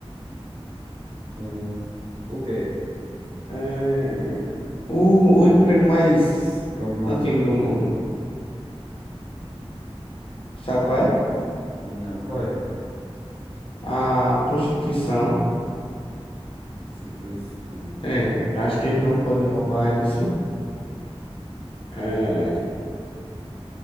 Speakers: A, on the right; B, on the left.
A: Hum, o quê?
B: É, O, o emprego mais
A: Programador?
B: antigo do mundo. Sabe qual é?
A: Não, qual é?
B: A prostituição.
A: Instituição.
B: É, acho que eles não podem roubar isso. É,